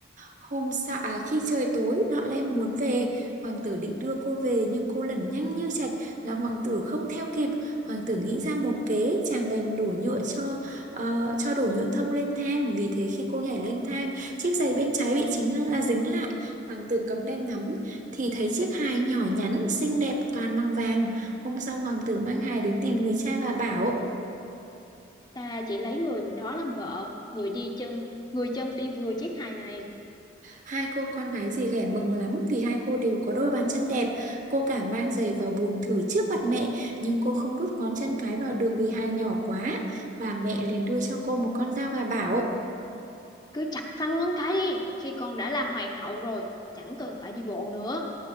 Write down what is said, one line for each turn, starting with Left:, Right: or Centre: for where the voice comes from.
Right: Hôm sau à khi trời tối Lọ Lem muốn về Hoàng tử định đưa cô về Nhưng cô lẩn nhanh như chạch Làm hoàng tử không theo kịp Hoàng tử nghĩ ra một kế Chàng bèn đổ nhựa cho ờ, cho đổ nhựa thông lên thang Vì thế khi cô nhảy lên thang Chiếc giày bên trái bị chính là à, dính lại Hoàng tử cầm đèn ngắm Thì thấy chiếc hài nhỏ nhắn xinh đẹp toàn bằng vàng Hôm sau hoàng tử mang hài đến tìm người cha và bảo
Left: Ta chỉ lấy người đó làm vợ, người đi chân, người chân đi vừa chiếc hài này.
Right: Hai cô con gái dì ghẻ mừng lắm vì hai cô đều có đôi bàn chân đẹp. Cô cả mang giày vào buồng thử trước mặt mẹ, nhưng cô không đút ngón chân cái vào được vì hài nhỏ quá. Bà mẹ liền đưa cho cô một con dao và bảo,
Left: Cứ chặt phăng ngón cái đi, khi con đã là hoàng hậu rồi thì chẳng cần phải đi bộ nữa.